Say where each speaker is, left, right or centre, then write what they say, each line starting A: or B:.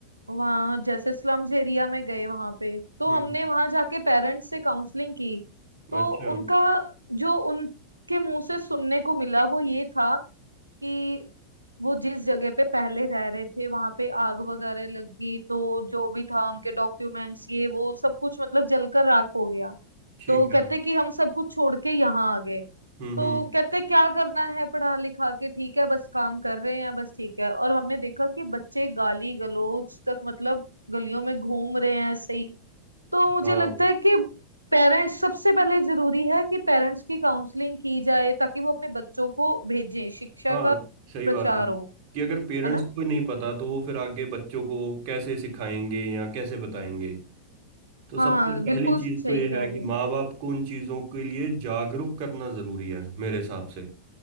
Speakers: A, on the right (about 85°); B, on the right (about 45°).
A: वहाँ जैसे स्लम्स एरिया में गए वहां पे तो
B: हम्म
A: हमने वहां जाके पेरेंट्स से काउंसलिंग की तो
B: अच्छा
A: उनका जो उनके मुंह से सुनने को मिला वो ये था कि वो जिस जगह पे पहले रह रहे थे वहां पे आग वगैरह लग गई तो जो भी था उनके डॉक्यूमेंट्स ये वो सब कुछ मतलब जलकर राख हो गया
B: ठीक
A: तो कहते
B: है
A: कि हम सब कुछ छोड़ के यहाँ आ गए
B: हम्म
A: तो
B: हम्म
A: कहते क्या करना है पढ़ा लिखा के ठीक है बस काम कर रहे हैं बस ठीक है और हमने देखा कि बच्चे गाली गलौज तक मतलब गलियों में घूम रहे हैं ऐसे ही तो मुझे
B: हाँ
A: लगता है कि पेरेंट्स सबसे पहले जरूरी है कि पेरेंट्स की काउंसलिंग की जाए ताकि वो अपने बच्चों को भेजें शिक्षा
B: हाँ
A: का
B: सही
A: प्रचार
B: बात है
A: हो
B: कि अगर पेरेंट्स
A: है ना
B: को ही नहीं पता तो वो फिर आगे बच्चों को कैसे सिखाएंगे या कैसे बताएंगे तो
A: हाँ
B: सबसे
A: बिल्कुल
B: पहली चीज
A: सही
B: तो ये
A: कह
B: है
A: रहे
B: कि
A: हो
B: माँ बाप को उन चीजों के लिए जागरूक करना जरूरी है मेरे हिसाब से